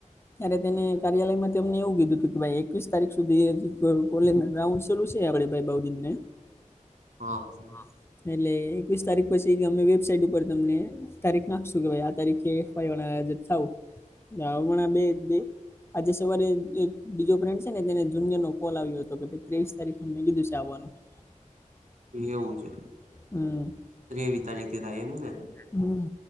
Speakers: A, on the left (about 20°); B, on the right (about 70°).
A: ત્યારે તેને કાર્યાલયમાંથી અમને એવું કીધું તું, કે ભાઈ એકવીસ તારીખ સુધી હજી ક કોલેજ ના રાઉન્ડ્સ ચાલું સે આપણે ભાઈ <unintelligible>
B: હા હા
A: એટલે એકવીસ તારીખ પછી ઈ કે અમે વેબસાઈટ ઉપર તમને તારીખ નાખશું, કે ભાઈ આ તારીખે <unintelligible> <unintelligible> હમણાં <unintelligible> આજે સવારે એક બીજો ફ્રેન્ડ સે ને તેને એક જુનિયર નો કોલ આવ્યો તો, કે ભઈ ત્રેવીસ તારીખનું અમને કીધું સે આવવાનું. <inaudible>
B: એવું છે!
A: હમ
B: ત્રેવીહ તારીખે થાય એમ ને?
A: હમ્મ.